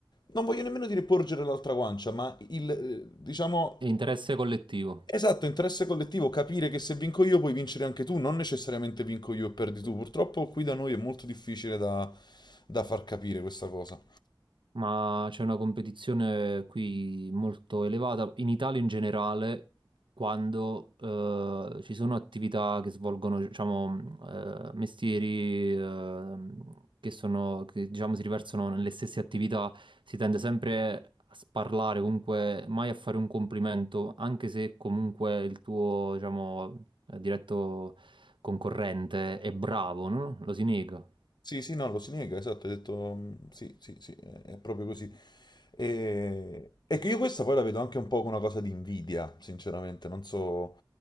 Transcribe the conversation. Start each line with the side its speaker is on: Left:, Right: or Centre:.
Left: Non voglio nemmeno dire porgere l'altra guancia, ma il, eh, diciamo,
Right: È interesse collettivo,
Left: esatto, interesse collettivo, capire che se vinco io puoi vincere anche tu, non necessariamente vinco io e perdi tu. Purtroppo qui da noi è molto difficile da da far capire questa cosa.
Right: ma c'è una competizione qui molto elevata in Italia in generale, quando eh, ci sono attività che svolgono, diciamo, eh, mestieri eh, che sono, che, diciamo, si riversano nelle stesse attività, si tende sempre a sparlare, comunque mai a fare un complimento, anche se comunque il tuo, diciamo, eh, diretto concorrente è bravo, no? Lo si nega.
Left: Sì, sì, no, lo si nega, esatto, hai detto mm, sì, sì, sì, è è proprio così. E, e che io questa poi la vedo anche un po' come una cosa di invidia, sinceramente, non so,